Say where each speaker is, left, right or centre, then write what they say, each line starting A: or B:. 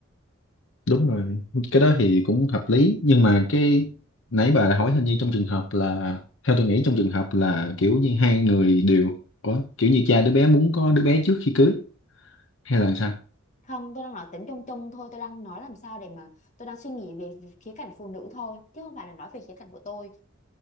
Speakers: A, on the left; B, on the left.
A: đúng rồi cái đó thì cũng hợp lý nhưng mà cái nãy bà đã hỏi hình như trong trường hợp là theo tôi nghĩ trong trường hợp là kiểu như hai người đều Ủa, kiểu như cha đứa bé muốn có đứa bé trước khi cưới hay là sao
B: Không, tôi đang nói tính chung chung thôi, tôi đang nói làm sao để mà tôi đang suy nghĩ về khía cạnh phụ nữ thôi, chứ không phải là nói về khía cạnh của tôi.